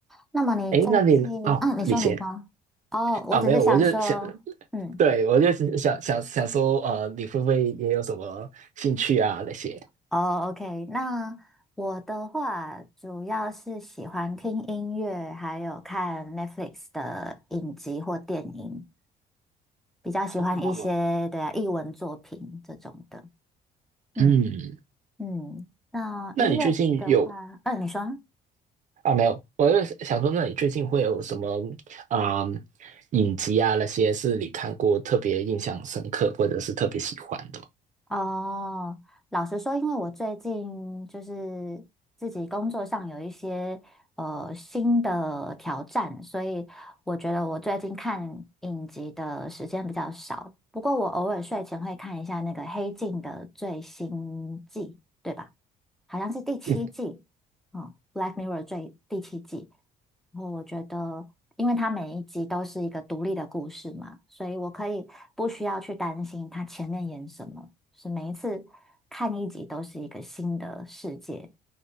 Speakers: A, in the centre; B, on the right.
A: 那么你最近，
B: 诶，那你呢哦，
A: 啊，你说你说，
B: 你先
A: 哦，我只是想说，
B: 啊，没有，我就想，
A: 嗯。
B: 对，我就是想想想说，呃，你会不会也有什么兴趣啊那些？
A: 哦，OK，那我的话主要是喜欢听音乐，还有看 Netflix 的影集或电影，比较喜欢一些，
B: 哦，
A: 对啊，艺文作品这种的。嗯
B: 嗯，
A: 嗯，那音乐的话，
B: 那你最近有？
A: 嗯，你说。
B: 啊，没有，我就想说，那你最近会有什么啊、嗯影集啊那些是你看过特别印象深刻或者是特别喜欢的吗？
A: 哦，老实说，因为我最近就是自己工作上有一些呃新的挑战，所以我觉得我最近看影集的时间比较少。不过我偶尔睡前会看一下那个《黑镜》的最新季，对吧？好像是第七季，
B: 嗯，
A: 哦，《Black Mirror》最第七季。然后我觉得，因为它每一集都是一个独立的故事嘛，所以我可以不需要去担心它前面演什么。是每一次看一集都是一个新的世界，